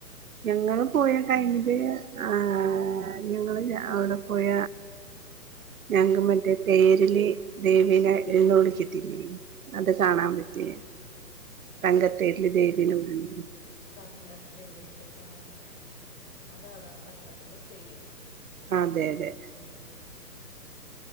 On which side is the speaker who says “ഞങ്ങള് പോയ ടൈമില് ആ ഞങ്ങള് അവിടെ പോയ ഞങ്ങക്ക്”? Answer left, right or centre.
Right